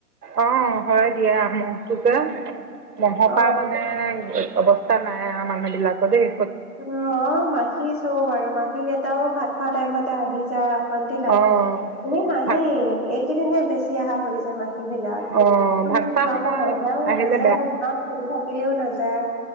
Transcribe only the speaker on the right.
অঁ হয় দিয়া, মহটো যে মহপা
মানে অৱস্থ স্থা নাই আৰু মানুহ বিলাকৰ দেই।
অ',
ভাত
অ',
ভাত খোৱা সময়
আহিলে